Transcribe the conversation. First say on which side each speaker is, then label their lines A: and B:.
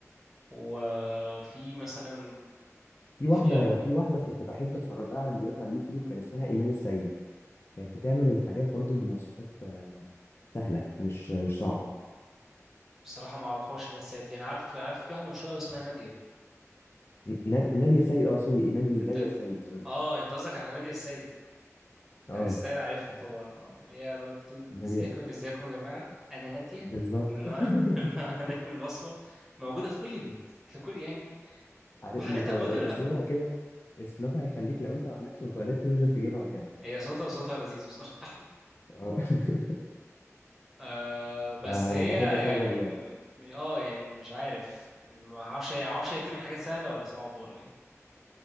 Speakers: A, in the centre; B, on the left.
A: وفي مثلا
B: في
A: في
B: واحده في واحده كنت بحب اتفرج لها على فيديوهات على اليوتيوب كان اسمها ايمان السيد كانت بتعمل الحاجات برضو بمواصفات آه، سهله مش مش صعبه
A: بصراحة ما اعرفهاش مين السيد دي انا عارف عارف في واحدة مشهورة أوي اسمها نادية
B: نا- ناديه السيد اه سوري ايمان مين
A: انت
B: ناديه
A: من...
B: السيد سوري
A: اه انت قصدك على نادية السيد
B: اه
A: نادية السيد عارفها طبعا اه اللي هي ما بتقول
B: ناديه
A: ازيكم ازيكم يا جماعة انا نادية
B: بالظبط
A: والنهار
B: <laughs>
A: <laughs> النهار هنعمل وصفة <laughs> موجودة في كل بيت في كل يعني
B: عارف
A: وحاجاتها
B: مكون
A: موجودة
B: اسلوبها
A: كلها في اليوم.
B: كده اسلوبها هيخليك لو انت ما عندكش مكونات تنزل تجيبها وتعمل
A: هي صوتها صوتها لذيذ بصراحة <laughs>
B: اه <laughs>
A: آه بس
B: فبحب
A: هي
B: اتفرج
A: يعني
B: على فيديوهات
A: م- اه يعني مش عارف ما اعرفش هي معرفش هي بتعمل حاجات سهلة ولا صعبة ولا ايه